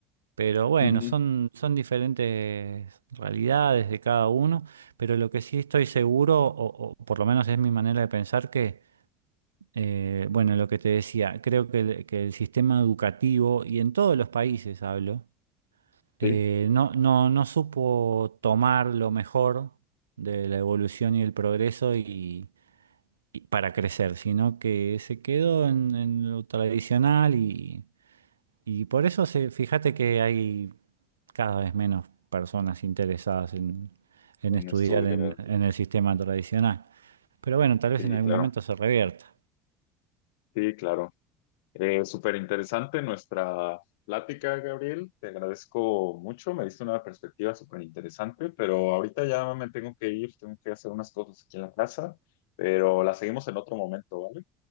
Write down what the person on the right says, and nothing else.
pero bueno,
son, son diferentes realidades de cada uno. Pero lo que sí estoy seguro, o, o por lo menos es mi manera de pensar, que, eh, bueno, lo que te decía, creo que el, que el sistema educativo, y en todos los países hablo, eh,
no, no, no supo tomar lo mejor de la evolución y el progreso y, y para crecer, sino que se quedó en, en lo tradicional y, y por eso se, fíjate que hay cada vez menos personas interesadas en, en
estudiar
en, en el sistema tradicional. Pero bueno, tal vez
en algún
momento se revierta.